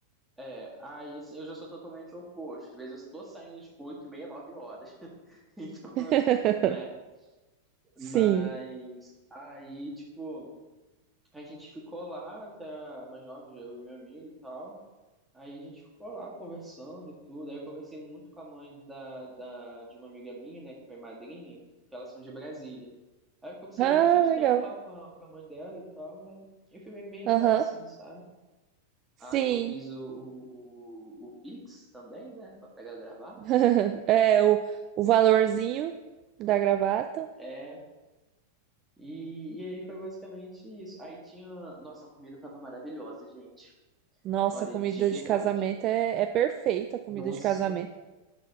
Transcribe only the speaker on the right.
<laughs>
Sim.
Ah,
legal.
Aham.
Sim.
<laughs> É, o, o valorzinho da gravata.
Nossa,
comida
de casamento é, é perfeita, a comida
de casamento.